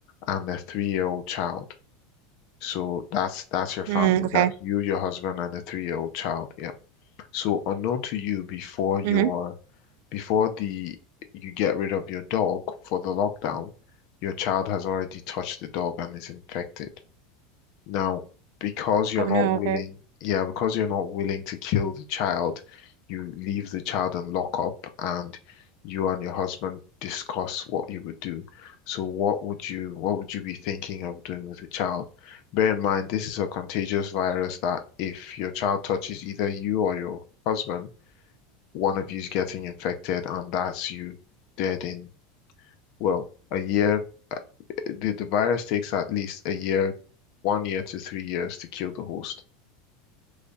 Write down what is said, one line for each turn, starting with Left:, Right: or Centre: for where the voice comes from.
Left: and a three-year-old child. So that's that's your family.
Right: mm. Okay.
Left: That's you, your husband, and a three-year-old child. Yeah. So unknown to you before your
Right: hmm
Left: before the you get rid of your dog for the lockdown, your child has already touched the dog and is infected. Now, because you're
Right: Oh
Left: not
Right: no,
Left: willing,
Right: okay.
Left: yeah, because you're not willing to kill the child, you leave the child in lockup and you and your husband discuss what you would do. So what would you what would you be thinking of doing with the child? Bear in mind, this is a contagious virus that if your child touches either you or your husband, one of you's getting infected and that's you dead in, well, a year. The, the virus takes at least a year, one year to three years to kill the host.